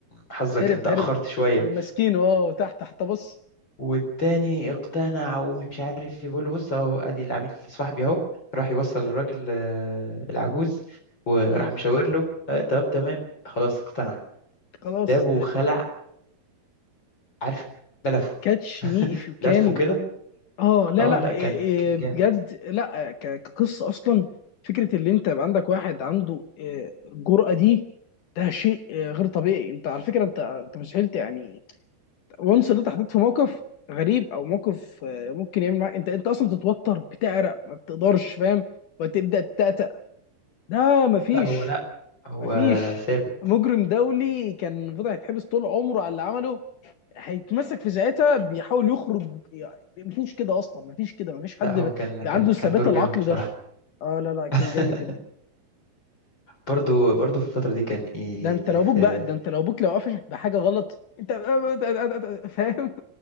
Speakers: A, on the left; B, on the left.
A: حظك
B: هرب
A: انت اخرت
B: هرب
A: شويه
B: وماسكينه اه تحت تحت بص
A: والتاني اقتنع ومش عارف يقول له بص اهو ادي العميل صاحبي اهو راح يوصل للراجل آه، العجوز وراح
B: مم.
A: مشاور له آه، طب تمام خلاص اقتنع
B: خلاص
A: جابه وخلع عارف لفه
B: كاتش مي اف يو كان
A: لفه كده
B: اه لا
A: اه
B: لا
A: لا
B: إيه
A: كان
B: إيه
A: كان
B: بجد
A: جامد
B: لا ك- كقصه اصلا فكره اللي انت يبقى عندك واحد عنده إيه، الجرأه دي ده شيء إيه، غير طبيعي انت على فكره انت انت مستحيل ت- يعني وانس اللي انت حطيت في موقف غريب او موقف آه، ممكن يعمل معاك انت انت اصلا بتتوتر بتعرق ما بتقدرش فاهم وتبدا تتأتأ ده مفيش
A: لا هو لا هو
B: مفيش
A: ثابت
B: مجرم دولي كان المفروض هيتحبس طول عمره على اللي عمله هيتمسك في ساعتها بيحاول يخرج يعني مفيش كده اصلا مفيش كده مفيش حد
A: لا هو
B: ب-
A: كان
B: بي-
A: كان
B: عنده الثبات
A: كان دوره
B: العقلي
A: جامد بصراحة
B: ده اه لا لا
A: <laughs>
B: كان جامد جدا
A: برضو برضو في الفترة دي كان ايه
B: ده انت لو
A: في
B: ابوك بقى ده انت لو ابوك لو قفشك بحاجه غلط انت <laughs> فاهم